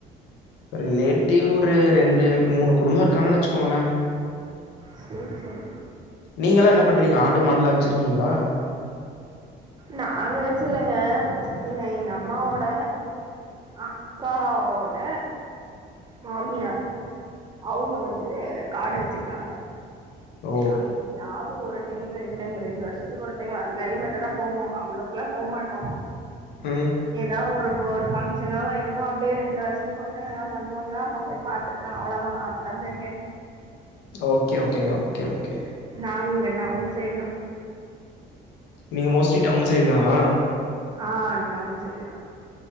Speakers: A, on the left; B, on the right.
A: ரிலேட்டிவ் ஒரு ரெண்டு மூணு குடும்பொ இருக்காங்கன்னு வச்சுக்கோங்கள
B: செரி செரி
A: நீங்களா என்ன பண்றீங்க ஆடு மாடுலா வச்சுருக்கீங்ளா
B: நாங்க வச்சில்லங்க எங்க எங்க அம்மாவோட அக்காவோட மாமியார் அவுங்க வந்து காடு வச்சிருக்காங்க
A: ஓ
B: அங்க எப்பயாவ்து ஒரு டைம் ரெண்டு டைம் ரெண்டு வருஷத்துக்கு ஒரு டைம் அதுமாறி மட்டுந்தா போவோ அவ்ளோக்ல்லா போமாட்டோ
A: ம்
B: எதா ஒரு ஒ ஃபங்ஷனோ என்னமோ அப்டியே ரெண்டு வருஷத்துக்கு ஒரு டைம் எதா பண்ணுவாங்க அப்டியே பாத்துருக்க அவ்ளோதா அத்தந்த கேட்டே
A: ஓகே ஓகேங்க ஓகே ஓகே
B: நாங் இங்க டவுன் சைடு தா
A: நீங்க மோஸ்ட்லி டவுன் சைடு தானா
B: ஆ டவுன் சைடுதா